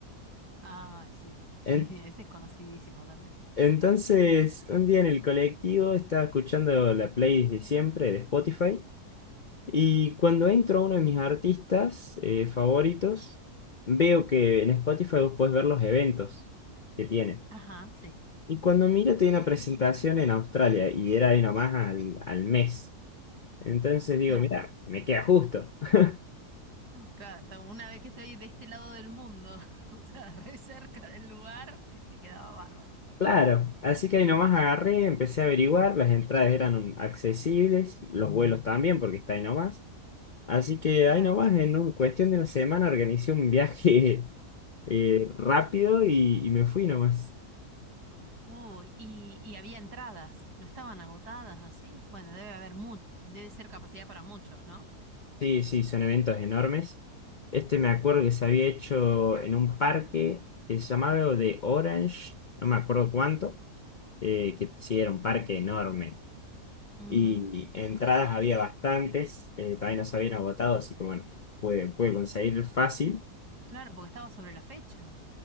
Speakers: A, on the right; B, on the left.
A: Ah, sí. <laughs>
B: En-
A: Ese es conocidísimo también.
B: entonces, un día en el colectivo estaba escuchando la playlist de siempre de Spotify y cuando entro a uno de mis artistas eh, favoritos, veo que en Spotify vos podés ver los eventos que tiene.
A: Ajá, sí.
B: Y cuando mira, tenía una presentación en Australia y era ahí nomás al, al mes. Entonces digo,
A: Claro.
B: mira, me queda justo. <laughs>
A: Claro, hasta una vez que estoy de este lado del mundo, <laughs> o sea, re cerca del lugar, que te quedaba bárbaro.
B: Claro, así que ahí nomás agarré, empecé a averiguar, las entradas eran accesibles, los vuelos también, porque está ahí nomás. Así que
A: Claro.
B: ahí nomás, en un- cuestión de una semana, organicé un viaje <laughs> eh, rápido y, y me fui nomás.
A: Uh, y, y había entradas, no estaban agotadas así. Bueno, debe haber mu debe ser capacidad para muchos, ¿no?
B: Sí, sí, son eventos enormes. Este me acuerdo que se había hecho en un parque que se llamaba algo de Orange, no me acuerdo cuánto. eh, que sí era un parque enorme.
A: Ujú.
B: Y entradas había bastantes, eh, también las habían agotado, así que bueno, pude, pude conseguir fácil.
A: Claro, porque estaba sobre la fecha.